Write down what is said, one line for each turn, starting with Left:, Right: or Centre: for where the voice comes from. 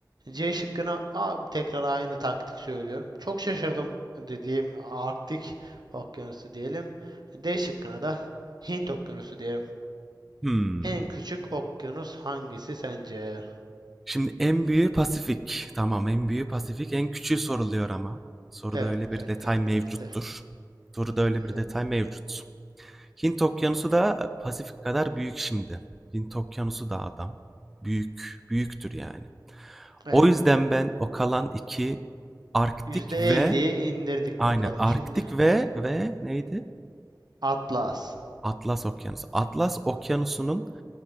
Right: C şıkkına A, tekrar aynı taktik söylüyorum. Çok şaşırdım dediğim Arktik okyanusu diyelim. D şıkkına da Hint okyanusu diyelim.
Centre: Hmm.
Right: En küçük okyanus hangisi sence?
Centre: Şimdi en büyüğü Pasifik. Tamam, en büyüğü Pasifik. En küçüğü soruluyor ama. Soruda
Right: Evet,
Centre: öyle bir
Right: evet,
Centre: detay
Right: evet,
Centre: mevcuttur.
Right: evet, evet.
Centre: Soruda öyle bir
Right: Evet.
Centre: detay mevcut. Hint Okyanusu da Pasifik kadar büyük şimdi. Hint Okyanusu da adam. Büyük, büyüktür yani.
Right: Evet.
Centre: O yüzden ben o kalan iki Arktik
Right: Yüzde
Centre: ve
Right: elliye indirdik
Centre: aynen
Right: bakalım
Centre: Arktik
Right: şimdi.
Centre: ve ve neydi?
Right: Atlas.
Centre: Atlas Okyanusu. Atlas Okyanusu'nun